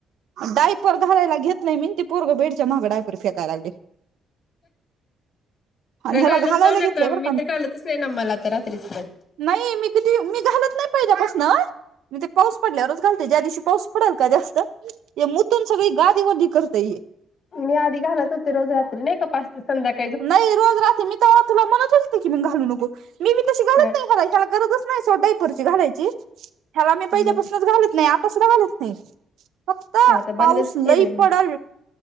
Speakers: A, on the right; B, on the left.
A: डायपर घालायला घेतलय मी ते पोरग बेडच्या माग डायपर फेकाय लागलय आणि ह्याला
B: घालत
A: घालायला
B: जाऊ
A: घेतलंय
B: ना का
A: बरं
B: मी तर घालतच नाही ना मला आ तर रात्रीच पण
A: नाही मी किती मी घालत नाही पाहिल्या पसन म ते पाऊस पडल्यावरच घालते ज्या दिवशी पाऊस पडेल का जास्तण हंस हे मुतून सगळी गादी ओली करता येई
B: मी आधी घालत होते रोज रात्री नाही का पाच दिवस संध्याका
A: नाही रोज राते मी तर तुला म्हणत होते की मी घालू नको मी मी तसे
B: ब
A: ह्याला गरजच नाही सोडा डायपरची घालायची ह्याला मी पहिल्यापासूनच
B: मग
A: घालत नाही आताच सुध्दा घालत नाही फक्त
B: आता
A: पाऊस
B: बंदच केले
A: लई पडल
B: मी